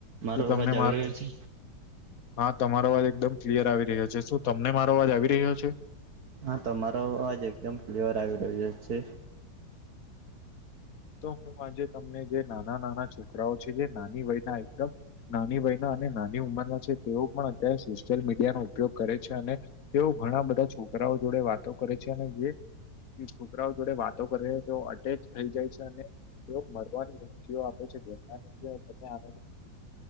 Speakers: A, on the right (about 55°); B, on the left (about 55°).
A: મારો
B: શું તમને
A: અવાજ આવી
B: માર.
A: રહ્યો છે?
B: હા તમારો અવાજ એકદમ ક્લિયર આવી રહ્યો છે શું તમને મારો અવાજ આવી રહ્યો છે?
A: હા તમારો અવાજ એકદમ ક્લિયર આવી રહ્યો છે.
B: તો હું આજે તમને જે નાના નાના છોકરાઓ છે જે નાની વય ના એકદમ. નાની વયના અને નાની ઉંમરના છે તેઓ પણ અત્યારે સોશિયલ મીડિયાનો ઉપયોગ કરે છે અને. તેઓ ઘણા બધા છોકરાઓ જોડે વાતો કરે છે અને જે. છોકરાઓ જોડે વાતો કરે તો અટેચ થઈ જાય છે. મરવાની ધમકીઓ આપે છે આ ના.